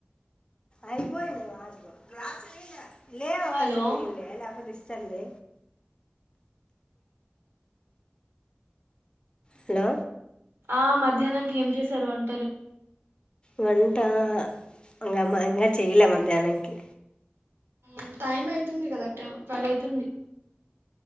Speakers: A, on the left (about 25°); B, on the right (about 85°).
A: అయిపోయ <unintelligible> లేవబా
B: హలో
A: అసలు న లే లేకపోతిస్తి సండే హలో
B: ఆ మధ్యాహ్నంకి ఏం చేశారు వంటలు
A: వంట ఇంగమ్మా ఇం చెయలే మధ్యాహ్నాంకి
B: మ్ టైమ్ అయితుందిడి కదా టు ట్వల్ అయితుంది